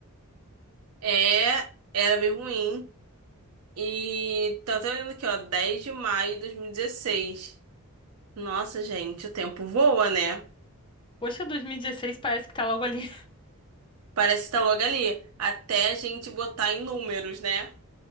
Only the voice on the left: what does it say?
Poxa, 2016 parece que tá logo ali.